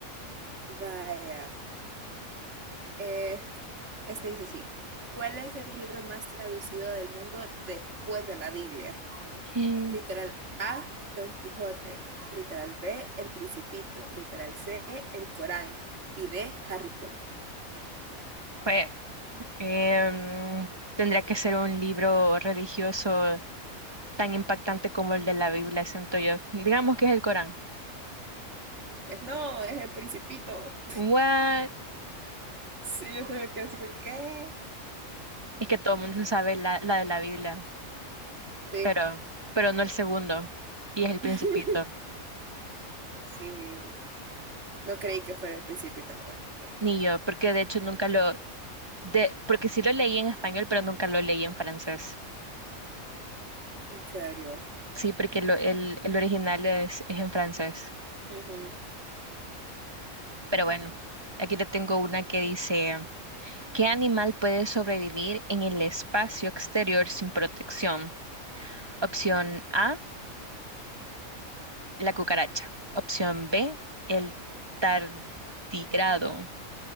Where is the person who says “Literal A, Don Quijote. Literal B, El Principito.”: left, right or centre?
Right